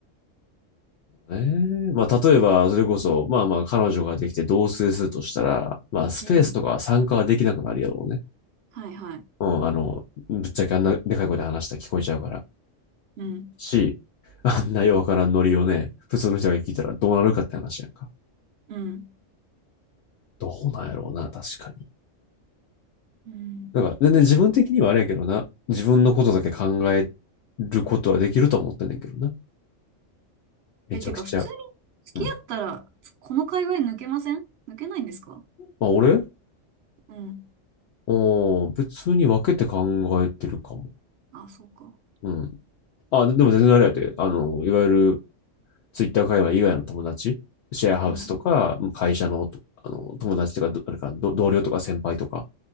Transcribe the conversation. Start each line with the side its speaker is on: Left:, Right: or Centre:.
Left: ね。まあ、例えば、それこそ、まあまあ、彼女ができて同棲するとしたら、まあ、スペースとか参加はできなくなるやろうね。
Right: うん。はいはい。
Left: うん、あの、ぶっちゃけあんなでかい声で話したら聞こえちゃうから。
Right: うん。
Left: し、<laughs> あんなようわからんノリをね、普通の人が聞いたらどうなるかって話やんか。
Right: うん。
Left: どうなんやろうな、確かに。
Right: うん。
Left: だから、全然自分的にはあれやけどな、自分のことだけ考えることはできると思ってんねんけどな。めちゃくちゃ。
Right: え、てか、普通に付き合ったら、
Left: うん。
Right: この界隈抜けません抜けないんですか
Left: まあ、俺
Right: うん。
Left: お別に分けて考えてるかも。
Right: あ、そうか。
Left: うん。あ、でも全然あれやで。あの、いわゆるツイッター界隈以外の友達、シェアハウスとか、
Right: うん。
Left: 会社のあの友達とかどあれか同僚とか先輩とか、